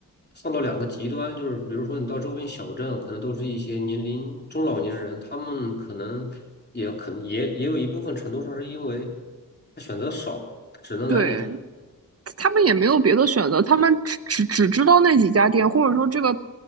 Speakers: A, on the left (about 30°); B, on the right (about 40°).
A: 放到两个极端，就是比如说你到周边小镇，可能都是一些年龄中老年人，他们可能也可能也也有一部分程度上是因为他选择少，只能来你这，
B: 对，他们也没有别的选择，他们只只只知道那几家店，或者说这个